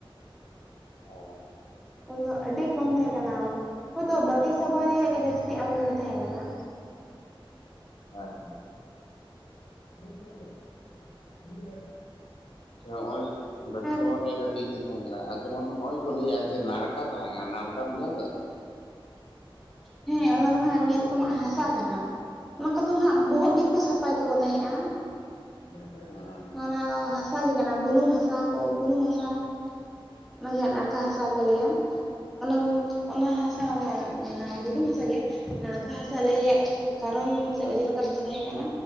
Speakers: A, on the left (about 75°); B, in the centre.
A: <unintelligible>
B: ᱩᱱ ᱫᱚ ᱟᱹᱰᱤ ᱠᱚᱢ ᱛᱟᱦᱮᱸ ᱠᱟᱱᱟ ᱦᱚᱭᱛᱳ ᱵᱟᱴᱤ ᱥᱟᱵᱟᱱ ᱨᱮᱭᱟᱜ ᱜᱮ ᱡᱟᱹᱥᱛᱤ ᱟᱢᱫᱟᱱᱤ ᱛᱟᱦᱮᱸ ᱠᱟᱱᱟ ᱾
A: ᱦᱮᱸ ᱦᱮᱸ <unintelligible> ᱥᱮ ᱦᱚᱸᱼᱚᱭ ᱵᱟᱹᱴᱤ
B: ᱟᱨ
A: ᱥᱟᱵᱟᱱ ᱨᱮᱭᱟ ᱜᱮ ᱟᱹᱰᱤ ᱤᱭᱟᱹ ᱛᱟᱦᱮᱸ ᱠᱟᱱᱟ, ᱟᱨ ᱡᱮᱢᱚᱱ ᱱᱚ-ᱚᱭ ᱠᱚ ᱞᱟᱹᱭᱮᱫ ᱡᱮ ᱱᱟᱲᱠᱟ ᱛᱟᱦᱮᱸ ᱠᱟᱱᱟ ᱱᱟᱲᱠᱟᱢ ᱧᱮᱞ ᱟᱠᱟᱫᱟ? <unintelligible>
B: ᱦᱮᱸ ᱚᱱᱟ ᱫᱚ ᱦᱟᱸᱜ ᱢᱤᱫ ᱨᱚᱠᱚᱢᱟᱜ ᱦᱟᱥᱟ ᱠᱟᱱᱟ ᱾ ᱚᱱᱟ ᱠᱚᱫᱚ ᱦᱟᱸᱜ ᱵᱚᱦᱚᱜ ᱜᱮᱠᱚ ᱥᱟᱯᱷᱟᱭ ᱛᱟᱠᱚ ᱛᱟᱦᱮᱸᱜ-ᱟ ᱾
A: <unintelligible>
B: ᱚᱱᱟ ᱫᱚ ᱦᱟᱥᱟ ᱜᱮ ᱠᱟᱱᱟ ᱵᱩᱱᱩᱢ ᱦᱟᱥᱟ ᱠᱚ ᱵᱩᱱᱩᱢ ᱦᱟᱥᱟ ᱾ ᱚᱱᱟᱜᱮ ᱦᱟᱸᱜ ᱱᱟᱲᱠᱟ ᱦᱟᱥᱟ ᱠᱚ ᱞᱟᱹᱭᱟ, ᱚᱱᱟ ᱚᱱᱟ ᱦᱟᱥ ᱢᱟᱱᱮ ᱚᱱᱟ ᱵᱩᱞᱩᱝ ᱦᱟᱥᱟᱜᱮ ᱱᱟᱲᱠᱟ ᱦᱟᱥᱟ ᱞᱟᱹᱭ ᱮᱜ ᱠᱟᱨᱚᱱ ᱥᱮ ᱚᱡᱮ ᱞᱮᱠᱟ ᱛᱮᱫᱚ ᱛᱟᱦᱮᱸ ᱠᱟᱱᱟ